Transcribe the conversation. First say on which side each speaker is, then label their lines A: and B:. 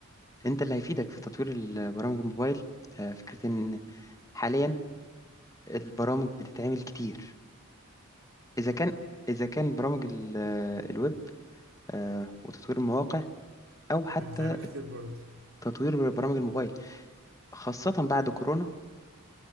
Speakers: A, on the left; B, on the right.
A: أنت اللي هيفيدك في تطوير البرامج الموبايل آه، فكرة إن حاليا البرامج بتتعمل كتير إذا كان إذا كان برامج ال- آه، الويب آه، وتطوير المواقع أو حتى
B: بتتعمل كتير برضه
A: تطوير برامج الموبايل خاصة بعد كورونا